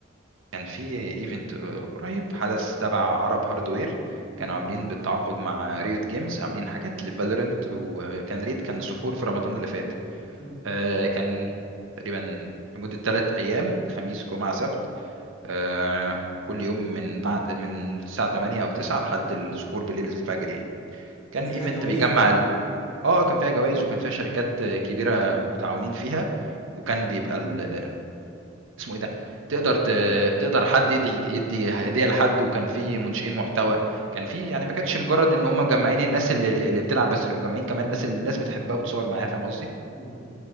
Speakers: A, on the right (about 70°); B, on the left (about 30°).
A: كان في ايفنت قريب حدث تبع عرب هاردوير
B: مم.
A: كانوا عاملين بالتعاقد مع ريوت جيمز عاملين حاجات لفالورنت وكان ريد كان سحور في رمضان اللي فات
B: مم.
A: آه، كان تقريبا لمدة ثلاث أيام خميس جمعة سبت آه، كل يوم من بعد من الساعة 8 أو 9 لحد السحور بالليل الفجر يعني كان
B: كان فيها
A: ايفنت
B: جوائز
A: بيجمع
B: وكده
A: ال... اه كان فيها جوائز وكان فيها شركات كبيرة متعاونين فيها وكان
B: مم.
A: بيبقى ال- اسمه ايه ده تقدر ت... تقدر حد يدي يدي هديه لحد وكان في منشئين محتوى كان في يعني ما كانتش مجرد ان هم مجمعين الناس اللي اللي بتلعب بس كانوا مجمعين كمان الناس اللي الناس بتحبها وبتصور معاها فاهم قصدي
B: مم.